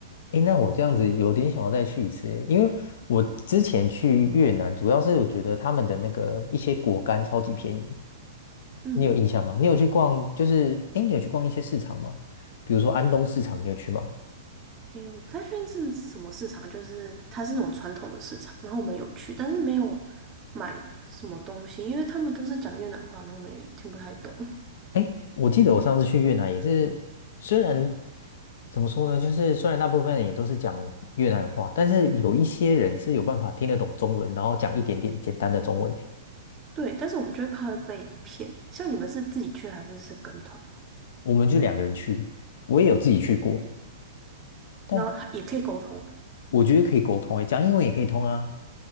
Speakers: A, on the left; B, on the right.
A: 哎，那我这样子有点想要再去一次诶，因为我之前去越南，主要是我觉得他们的那个一些果干超级便宜，
B: 嗯，
A: 你有印象吗？你有去逛，就是，哎，你有去逛一些市场吗？比如说安东市场，你有去吗？
B: 诶，我不太确定是什么市场，就是它是那种传统的市场，然后我们有去，但是没有买什么东西，因为他们都是讲越南话，然后我们也听不太懂。<laughs>
A: 哎，我记得我上次去越南也是，虽然怎么说呢，就是虽然大部分人也都是讲越南话，但是有一些人是有办法听得懂中文，然后讲一点点简单的中文的。
B: 对，但是我们就会怕会被骗。像你们是自己去还是是跟团？
A: 我们就两个人去，我也有自己去过，
B: 哦，
A: 但
B: 然后也可以沟通。
A: 我觉得可以沟通诶，讲英文也可以通啊。